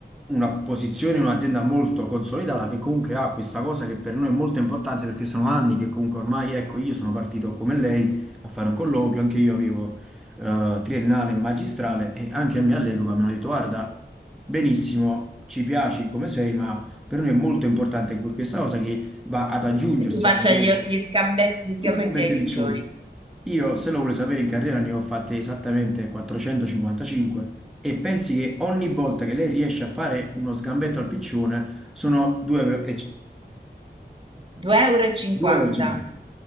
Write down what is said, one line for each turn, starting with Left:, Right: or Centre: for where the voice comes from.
Centre: una posizione, un'azienda molto consolidata che comunque ha questa cosa che per noi è molto importante perché sono anni che comunque ormai, ecco, io sono partito come lei a fare un colloquio, anche io avevo eh, triennale e magistrale e anche a me all'epoca mi hanno detto guarda, benissimo, ci piaci come sei, ma per noi è molto importante questa cosa che va ad aggiungersi
Right: che tu faccia
Centre: al lavoro.
Right: gli, gli scambe- gli sgambetti
Centre: Gli sgambetti
Right: ai piccioni.
Centre: piccioni. Io, se lo vuole sapere, in carriera ne ho fatte esattamente 455 e pensi che ogni volta che lei riesce a fare uno sgambetto al piccione sono 2,50
Right: 2,50
Centre: euro.
Right: euro.
Centre: 2,50
Right: e cinquanta.